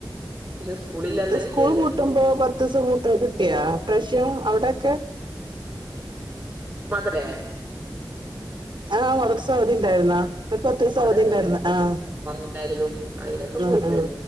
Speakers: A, on the right; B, on the right.
A: പക്ഷെ സ്കൂളില്ലന്ന്
B: സ്കൂൾ
A: ലീവല്ലേ
B: പൂട്ടുമ്പോ പത്തൂസം പൂട്ട് കിട്ടിയാ ഇപ്രാശ്യം അവ്ടെ? ക്കെ
A: <unintelligible>
B: ആ മദ്രസ് അവധി ഉണ്ടായിരുന്നാ ഒരു പത്തീസം അവധി
A: അതൊക്കെണ്ടായിനി
B: ഉണ്ടായിരുന്ന് ആഹ്
A: ഇണ്ടായിരുന്നു അയിനൊക്കെ പോയിനു
B: ആഹ് ആഹ്